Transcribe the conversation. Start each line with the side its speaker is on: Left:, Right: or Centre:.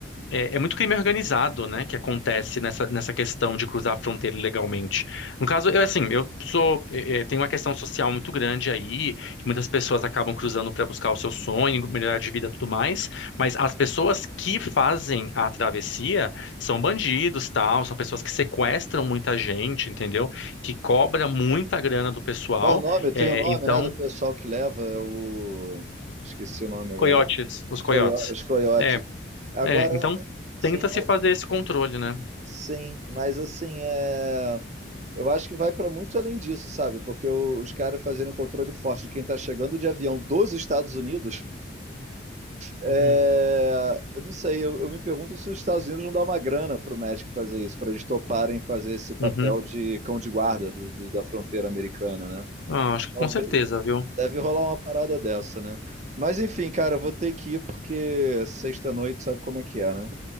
Left: É, é muito crime organizado, né, que acontece nessa, nessa questão de cruzar a fronteira ilegalmente. No caso, eu assim, eu sou, é, é, tem uma questão social muito grande aí, que muitas pessoas acabam cruzando para buscar o seu sonho, melhorar de vida, e tudo mais. Mas as pessoas que fazem a travessia são bandidos, tal, são pessoas que sequestram muita gente, entendeu? Que cobra muita grana do pessoal.
Right: Qual o nome? Tem
Left: É,
Right: o nome,
Left: então,
Right: né, do pessoal que leva é o... Esqueci o nome agora.
Left: coiotes, os coiotes.
Right: Coio- os coiotes.
Left: É,
Right: Agora,
Left: é, então
Right: sim,
Left: tenta se
Right: mas-
Left: fazer esse controle, né?
Right: sim, mas assim, é... eu acho que vai para muito além disso, sabe? Porque o- os caras fazendo controle forte de quem está chegando de avião dos Estados Unidos É,
Left: Uhum.
Right: eu não sei, eu, eu me pergunto se os Estados Unidos não dá uma grana para o México fazer isso, para eles toparem fazer esse papel
Left: Uhum.
Right: de cão de guarda do- do- da fronteira americana, né?
Left: Ah, acho que com
Right: Talvez,
Left: certeza, viu?
Right: deve rolar uma parada dessa, né? Mas enfim, cara, eu vou ter que ir porque sexta-noite sabe como é que é, né?